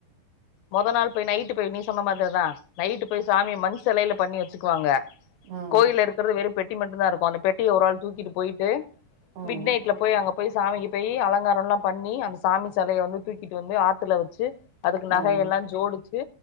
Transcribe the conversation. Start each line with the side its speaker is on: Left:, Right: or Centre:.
Left: மொதல் நாள் போய் நைட்டு போய் நீ சொன்ன மாதிரி தா நைட்டு போய் சாமிய மண் சிலையில பண்ணி வச்சுக்குவாங்க
Right: ம்
Left: கோயில இருக்கிறது வெறுப் பெட்டி மட்டும்தா இருக்கு அந்த பெட்டிய ஒரு ஆள் தூக்கிட்டு போயிட்டு
Right: ம்
Left: மிட் நைட்ல போயி அங்கப் போய் சாமிக்கு போய் அலங்காரம் எல்லா பண்ணி அந்த சாமி சிலையை வந்து தூக்கிட்டு வந்து ஆத்துல வச்சி அதுக்கு நகை
Right: ம்
Left: எல்லா ஜோடிச்சு